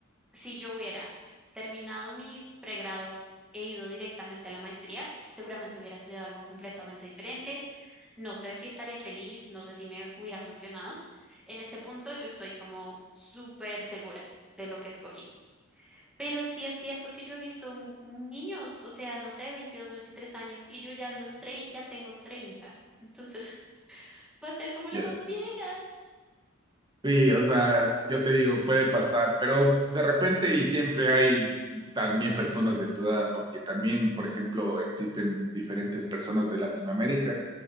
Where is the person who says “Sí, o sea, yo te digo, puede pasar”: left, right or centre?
Right